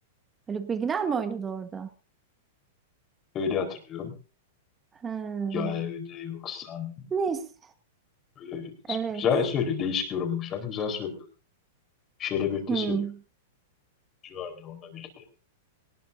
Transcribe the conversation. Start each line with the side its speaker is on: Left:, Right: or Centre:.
Right: Haluk Bilginer mi oynadı orada?
Left: Öyle hatırlıyorum.
Right: He.
Left: Ya evde yoksan
Right: Neyse.
Left: böyle
Right: Evet.
Left: güzel söylüyor. Değişik yorumlamışlar. Güzel söylüyor. Şeyle birlikte
Right: Hmm.
Left: söylüyor. Civarda onunla birlikte.